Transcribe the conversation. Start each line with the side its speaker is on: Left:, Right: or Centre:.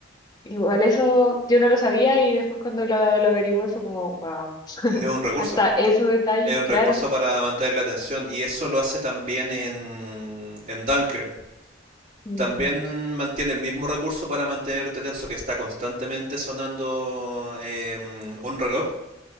Left: Igual eso yo no lo sabía y después cuando lo, lo averigüé fue como, wow,
Right: es un recurso.
Left: hasta esos detalles,
Right: Es un
Left: claro.
Right: recurso para mantener la atención y eso lo hace también en, en Dunkirk.
Left: Mm,
Right: También mantiene el mismo recurso para mantenerte tenso que está constantemente sonando em, un reloj